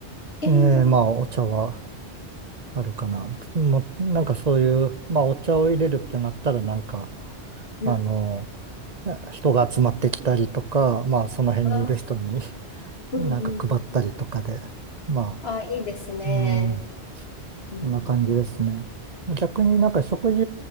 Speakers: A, on the left; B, on the right.
A: えー、
B: ええ、
A: あ、
B: まあ、お茶はあるかな。もう、なんかそういう、まあ、お茶を入れるってなったら、なんか、
A: うん。
B: あの、人が集まってきたりとか、まあ、その辺にいる人に
A: あ、うんうんうん。
B: なんか配ったりとかで。ま
A: あ、いいですね。
B: あ、うん、
A: うんうん。
B: こんな感じですね。逆になんか食事